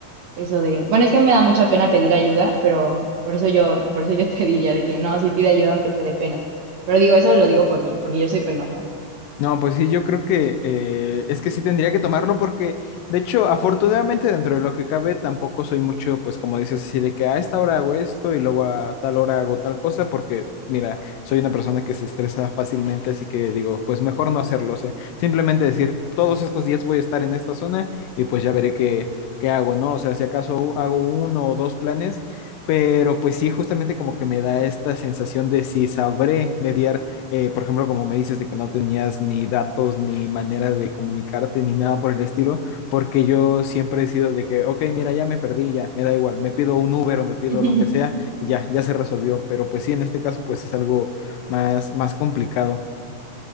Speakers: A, on the right; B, on the left.
A: eso de, bueno, es que me da mucha pena pedir ayuda, pero por eso yo, por eso yo te diría de que no, sí pide ayuda aunque te dé pena. Pero digo, eso lo digo por mí, porque yo soy penosa.
B: No, pues sí, yo creo que eh, es que sí tendría que tomarlo porque, de hecho, afortunadamente dentro de lo que cabe, tampoco soy mucho, pues como dices, así de que a esta hora hago esto y luego a tal hora hago tal cosa, porque mira, soy una persona que se estresa fácilmente, así que digo, pues mejor no hacerlo, o sea, simplemente decir, todos estos días voy a estar en esta zona y pues ya veré qué, qué hago, ¿no? O sea, si acaso hago uno o dos planes, pero pues sí, justamente como que me da esta sensación de si sabré mediar eh, por ejemplo, como me dices de que no tenías ni datos, ni manera de comunicarte, ni nada por el estilo, porque yo siempre he sido de que, ok, mira, ya me perdí, ya, me da igual, me pido un Uber o me pido
A: <laughs>
B: lo que sea y ya, ya se resolvió. Pero pues sí, en este caso, pues es algo más, más complicado.